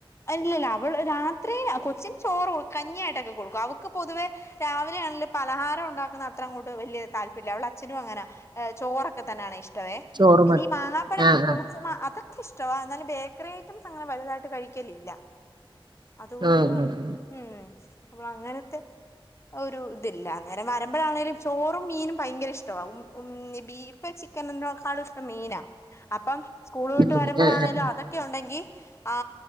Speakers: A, on the left (about 30°); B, on the right (about 55°).
A: അല്ലല്ല അവള് രാത്രി കൊച്ചിന് ചോറ് കൊ കഞ്ഞായിട്ടൊക്കെ കൊടുക്കും അവക്ക് പൊതുവെ രാവിലെയാണെ പലഹാരം ഉണ്ടാക്കുന്ന അത്ര അങ്ങോട്ട് വലിയ താൽപ്പര്യംല്ല അവള അച്ഛനും അങ്ങനെ ചോറോക്കെ തന്നെയാണ് ഇഷ്ടം <unintelligible>
B: ചോറ്
A: പിന്നെ
B: മതി
A: ഈ മാങ്ങാപ്പഴം അങ്ങനെ
B: ആ
A: ഫ്രൂട്ട്സ്
B: ആ
A: അത് ഇഷ്ട എന്നാലും ബേക്കറി ഐറ്റംസ് അങ്ങനെ വലുതായിട്ട് കഴിക്കലില്ല അതുകൊണ്ട്
B: ഉം ഉം
A: ഉം നമ്മളെങ്ങനത്തെ ഒരു ഇതില്ല നേരം വരമ്പഴാ ആണെങ്കലും ചോറും മീനും ഭയങ്കര ഇഷ്ടമാണ് ഉം ഉം ബീഫ് ചിക്കന് <unintelligible> മീനാ അപ്പം സ്കൂൾ വിട്ട്
B: ഉം
A: വരുമ്പോഴാണേലും
B: ആഹ് ആഹ്
A: അതൊക്കെ ഉണ്ടെങ്കി ആ